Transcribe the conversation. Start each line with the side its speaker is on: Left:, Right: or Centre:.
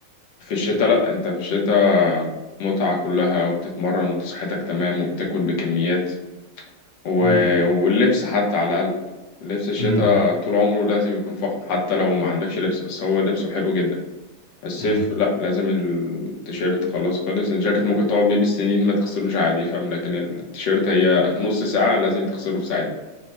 Left: في الشتاء لا انت في الشتاء متعة كلها وبتتمرن وصحتك تمام وبتاكل بكميات و...
Right: مم.
Left: واللبس حتى على الأقل لبس الشتاء
Right: مم.
Left: طول عمره لازم يكون فخم حتى لو ما عندكش لبس بس هو لبسه حلو جدا الصيف
Right: مم.
Left: لا لازم التيشيرت خلاص خلص الجاكيت ممكن تقعد بيه بالسنين ما تغسلوش عادي فاهم لكن التيشيرت هي نص ساعة لازم تغسله في ساعتها